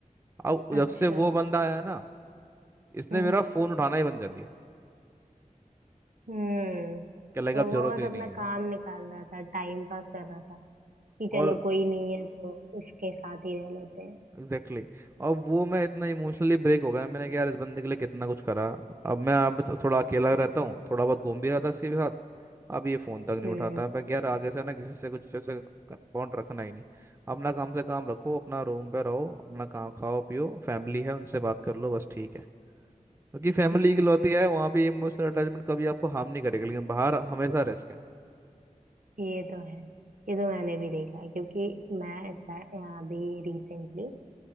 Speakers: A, on the right; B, on the right.
A: अब
B: अच्छा
A: जब से वो बंदा आया ना इसने
B: हम्म
A: मेरा फोन उठाना ही बंद कर दिया
B: हम्म
A: क्या लगा
B: तो
A: अब जरूरत
B: वो बस
A: ही
B: अपना
A: नहीं है
B: काम निकाल रहा था टाइम पास कर रहा था कि
A: Call
B: चलो कोई नहीं है तो इसके साथ ही रह लेते हैं
A: exactly exactly. और वो मैं इतना इमोशनली ब्रेक हो गया ना, मैंने कहा यार इस बंदे के लिए कितना कुछ करा अब मैं अब तो थोड़ा अकेला
B: हम्म
A: रहता हूँ थोड़ा बहुत घूम भी रहा था इसके साथ अब ये फ़ोन तक नहीं
B: हम्म
A: उठाता मैं कहा, यार आगे से ना किसी से कुछ ऐसे बॉन्ड रखना ही नहीं अपना काम से काम रखो अपना रूम पे रहो अपना काम खाओ पियो फैमिली है उनसे बात कर लो बस ठीक है क्योंकि फैमिली
B: हम्म
A: इकलौती है वहाँ पे इमोशनल अटैचमेंट कभी आपको हार्म नहीं करेगा लेकिन बाहर हमेशा रिस्क है
B: ये तो है ये तो मैंने भी देखा है क्योंकि मैं ऐसा- अभी रिसेंटली